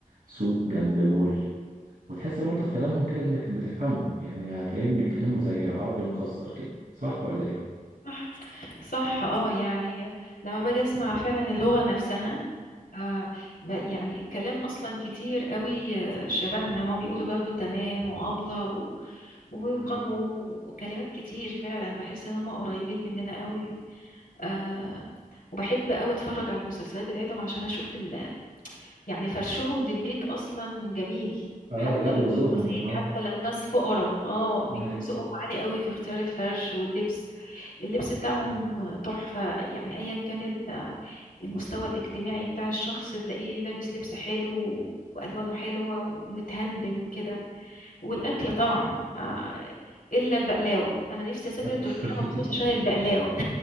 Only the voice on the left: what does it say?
صح صح اه يعني لما باجي اسمع فعلا اللغة نفسها آه ب- يعني كلام اصلا كتير قوي آه، شبهنا ما بيقولوا برضو تمام وابلة و... وقانون
وكلمات كتير فعلا بحس ان هم قريبين مننا قوي آه وبحب قوي اتفرج على المسلسلات بتاعتهم عشان اشوف ال... يعني فرشهم للبيت اصلا جميل
حتى
لو
بسيط
حتى لو ناس فقراء اه بيكون
ذوقهم عالي قوي في اختيار الفرش واللبس اللبس بتاعهم تحفة يعني ايا كان ال- المستوى الاجتماعي بتاع الشخص تلاقيه لابس لبس حلو والوانه حلوة ومتهندم كده والاكل طبعا آه، الا البقلاوة انا نفسي اسافر
تركيا مخصوص عشان البقلاوة